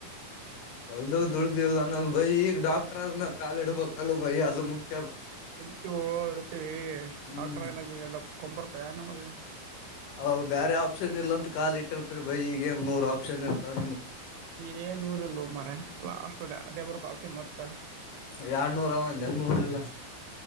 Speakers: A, on the left; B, on the right.
A: ಹೊಲ್ದ ದುಡತಿಲ್ಲ್ಲ ಬೈ ಈಗ ಡಾಕ್ಟರ್ ಅದನ ಕಾಲಿ ಇಡ್ಬೇಕಲ್ ಬೈ ಅದು ಮುಖ್ಯ.. <unintelligible>
B: ಇಡ್ತೀವೋ ಇಡ್ತೀವಿ
A: ಹ್ಮ್
B: ಡಾಕ್ಟ್ರಗ ಎರಡಕೂಮ್ಬರ್ತವನ ನಮಗ..
A: ಅವಾಗ ಬೇರೆ ಆಪ್ಷನ್ ಇಲ್ಲ ಅಂತ ಕಾಲ ಇಟ್ಟಿರ್ತ್ರಿ ಬೈ ಈಗ ನೂರ್ ಆಪ್ಷನ್ ಇರ್ತವ..
B: ಏ ನೂರಲ್ ಮರ ಲಾಸ್ಟ್ ಅ ಅದೇ ಬರುತ್ ಅಪ್ಸನ್ ಮತ್ತ..
A: ಎರಡ್ನೂರ ಒಂದ ನೂರ್ ಇಲ್ಲ